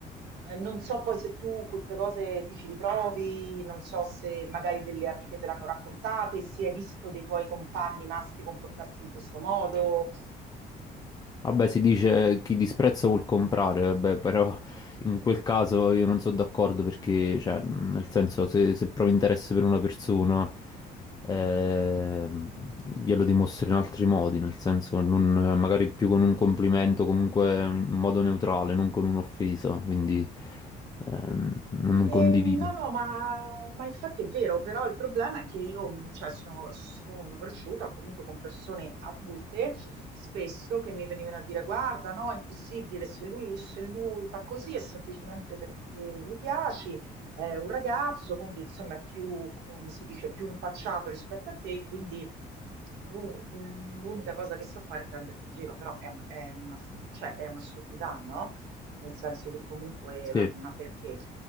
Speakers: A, on the right; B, on the left.
A: eh, non so poi se tu queste cose ti ci ritrovi, non so se magari delle amiche te l'hanno raccontate, se hai visto dei tuoi compagni maschi comportarsi in questo modo,
B: Vabbè, si dice chi disprezza vuol comprare, vabbè, però in quel caso io non sono d'accordo perché, cioè, mh, nel senso, se, se provi interesse per una persona, ehm, glielo dimostri in altri modi, nel senso, non- magari più con un complimento, comunque in modo neutrale, non con un'offesa, quindi ehm, non non
A: Ehm,
B: condivido.
A: no, no, ma, ma infatti è vero, però il problema è che io, mh, cioè, sono, sono cresciuta comunque con persone adulte, spesso che mi venivano a dire, guarda, no, è impossibile, se lui, se lui fa così è semplicemente perché gli piaci, è un ragazzo, quindi insomma è più, come si dice, più impacciato rispetto a te, quindi... lu- L'unica cosa che so fare è prenderti in giro, però è, un- è una, cioè, è un'assurdità, no? Nel senso che comunque, ma
B: Sì.
A: ma perché?